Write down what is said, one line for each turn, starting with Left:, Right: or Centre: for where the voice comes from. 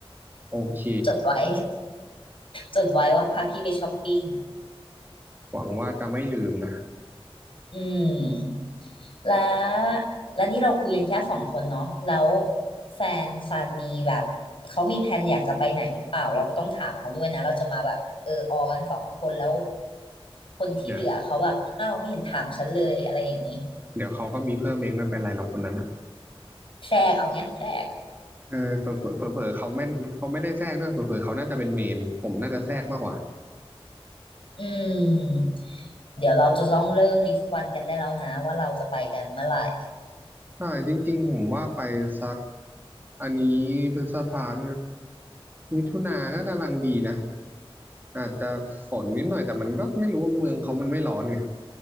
Right: โอเค
Left: จดไว้ จดไว้ว่าพาพี่ไปช้อปปิ้ง
Right: หวังว่าจะไม่ลืมนะ
Left: อืมและและนี่เราคุยกันแค่สองคนเนาะแล้วแฟนซานมีแบบ เขามีแผนอยากจะไปไหนหรือเปล่า เราก็ต้องถามเขาด้วยนะ เราจะมาแบบเออออกันสองคนแล้วคนที่เหลือเขาแบบอ้าวไม่เห็นถามฉันเลยอะไรอย่างนี้
Right: เดี๋ยวเดี๋ยวเขาก็มีเพิ่มเองไม่เป็นไรหรอกคนนั้นอะ
Left: แทรกเอาเงี้ยแทรก
Right: เออเผลอเผลอเขาไม่เขาไม่ได้แทรกด้วยเผลอเผลอเขาน่าจะเป็นเมนผมน่าจะแทรกมากกว่า
Left: อืมเดี๋ยวเราจะต้องเริ่มลิสต์วันกันได้แล้วนะว่าเราจะไปกันเมื่อไหร่
Right: ใช่จริงๆผมว่าไปสักอันนี้พฤษภานมมิถุนาก็กำลังดีนะอาจจะฝนนิดหน่อยแต่มันก็ไม่รู้ว่าเมืองเขามันไม่ร้อนไง